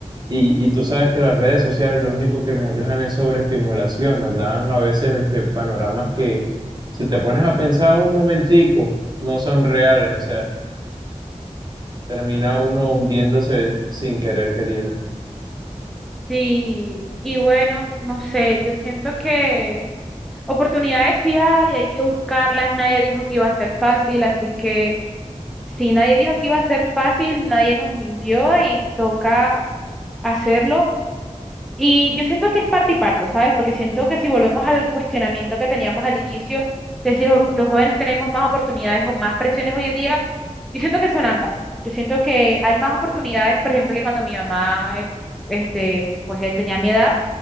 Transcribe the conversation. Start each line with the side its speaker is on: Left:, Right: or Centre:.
Right: Y, y tú sabes que las redes sociales lo único que nos dejan es sobreestimulación, nos dan a veces este, panoramas que si te pones a pensar un momentico, no son reales, o sea, termina uno hundiéndose sin querer queriendo.
Centre: Sí, y bueno, no sé, yo siento que oportunidades sí hay, hay que buscarlas, nadie dijo que iba a ser fácil, así que si nadie dijo que iba a ser fácil, nadie nos mintió y toca hacerlo Y yo siento que es parte y parte, ¿sabes? Porque siento que si volvemos al cuestionamiento que teníamos al inicio, de si lo- los jóvenes tenemos más oportunidades o más presiones hoy en día, yo siento que son ambas. Yo siento que hay más oportunidades, por ejemplo, que cuando mi mamá, es- este, pues eh, tenía mi edad,